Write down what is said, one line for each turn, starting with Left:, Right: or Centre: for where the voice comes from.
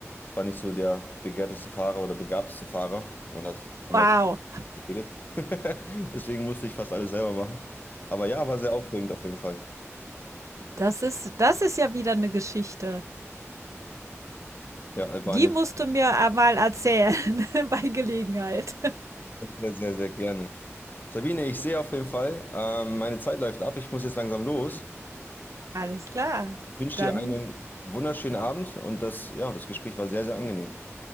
Left: war nicht so der begehrteste Fahrer oder begabteste Fahrer und hat mehr
Right: Wow.
Left: geredet. <laughs> Deswegen musste ich fast alles selber machen. Aber ja, war sehr aufregend auf jeden Fall.
Right: Das ist das ist ja wieder eine Geschichte.
Left: Ja, Albanien
Right: Die musst du mir einmal erzählen <laughs> bei Gelegenheit.
Left: sehr, sehr, sehr gerne. Sabine, ich sehe auf jeden Fall, ähm, meine Zeit läuft ab. Ich muss jetzt langsam los.
Right: Alles klar.
Left: Ich wünsche
Right: Dann
Left: dir einen wunderschönen Abend und das, ja, das Gespräch war sehr, sehr angenehm.